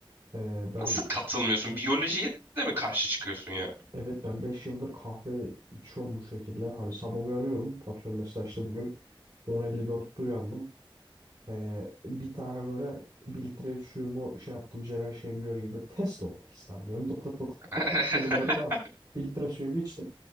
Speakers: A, on the right; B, on the right.
A: Ee, ben
B: Nasıl katılmıyorsun? Biyolojiye de mi karşı çıkıyorsun ya?
A: evet ben 5 yıldır kahve içiyorum bu şekilde. Hani sabah uyanıyorum. Atıyorum mesela işte bugün 10.54'te uyandım. Ee, bir tane böyle bir litre suyumu şey yaptım. Celal Şengör gibi test olmak isterdim. Diyorum. Lık lık lık lık
B: <laughs>
A: lık lık dedim böyle daha bir litre suyumu içtim.